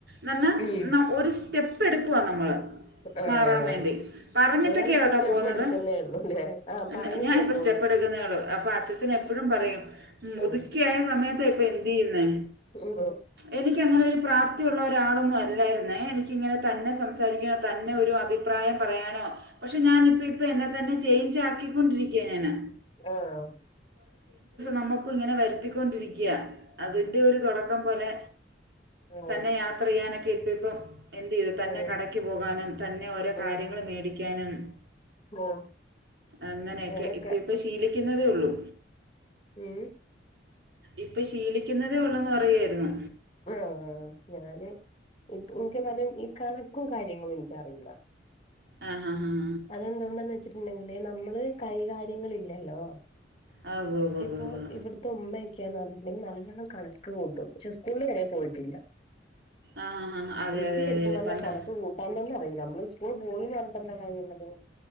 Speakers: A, on the right (about 60°); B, on the left (about 30°).
A: നന്ന
B: ഉം
A: ന ഒരു സ്റ്റെപ്പ് എടുക്കുവ നമ്മൾ
B: ആഹ്
A: മാറാൻ വേണ്ടി പറഞ്ഞിട്ടൊക്കെയ
B: നിങ്ങളിപ്പോ
A: കേട്ടോ
B: സ്റ്റെപ്പ്
A: പോകുന്നത്
B: എടുക്കുന്നേ ഉള്ളൂല്ലേ ആ
A: ഞാൻ
B: പറഞ്ഞിട്ടേ
A: ഇന്നേ ഞാൻ ഇപ്പോ
B: പോ
A: സ്റ്റേ പ്പെടുക്കുന്നെള്ളു അപ്പൊ അച്ചച്ചന് എപ്പോഴും പറയും മുതുക്കിയ
B: ആഹ്
A: ആയ സമയത്ത ഇപ്പൊ എന്ത് ചെയ്യുന്നേ
B: ഉം
A: എനിക്ക് അങ്ങനെ ഒരു പ്രാപ്തി ഉള്ള ഒരാളൊന്നും അല്ലായിരുന്നേ എനിക്കിങ്ങനെ തന്നെ സംസാരിരി തന്നെ ഒരു അഭിപ്രായം പറയാനോ പക്ഷെ ഞാനിപ്പ ഇപ്പ എന്നെ തന്നെ ചേഞ്ച്‌ ആക്കി ക്കൊണ്ടിരിക്കയ ഞാന്
B: ആഹ്
A: നമുക്കു ഇങ്ങനെ വരുത്തിക്കൊണ്ടിരിക്കാ അതിൻ്റെ ഒരു തുടക്കം പോലെ
B: ആഹ്
A: തന്നെ യാത്ര ചെയ്യാനൊക്കെ ഇപ്പം ഇപ്പം എന്ത് ചെയ്തു തന്നെ
B: ആഹ്
A: കടയ്ക്ക് പോകാനും തന്നെ ഓരോ
B: ഉം
A: കാര്യങ്ങൾ മേടി ക്കാനും
B: ഉം
A: അങ്ങനെ
B: അതിനൊക്കെ
A: ഒക്കെ ഇപ്പൊ ഇപ്പൊ ശീലി ക്കുന്നതെ ഉള്ളു
B: ഉം
A: ഇപ്പൊ ശീലിക്കുന്നതേ ഉള്ളെ ന്ന് പറയുവായിരുന്നു
B: ആഹ് ഞാന് ഇക്കും എനിക്കെന്നല് ഈ കണക്കും കാര്യങ്ങളും എനിക്കറിയില്ല
A: ആഹ് ഹ ആഹ്
B: അതെന്തോന്ന് വെച്ചിട്ടുണ്ടെങ്കില് നമ്മള് കൈകാര്യങ്ങളില്ലല്ലോ
A: ആ ഓ ഓ
B: ഇപ്പൊ
A: ഓ ഓ
B: ഇവിടുത്തെ ഉമ്മ ന്ന് പറഞ്ഞിട്ടുണ്ടെങ്കിൽ നല്ല കണക്ക് കൂട്ടും പക്ഷെ സ്കൂളലന്നാ പോയിട്ടില്ല
A: ആ ഹാ ഹാ അതെ
B: എനിക്ക്
A: അതെ
B: ശരിക്കും
A: അതെ അതെ
B: പറഞ്ഞാൽ
A: പണ്ട്
B: കണക്ക് കൂട്ടാൻ തന്നെ അറയില്ല നമ്മള് സ്കൂളി പോയിന് പറഞ്ഞിട്ട് ന്താ കാര്യ ഉള്ളത്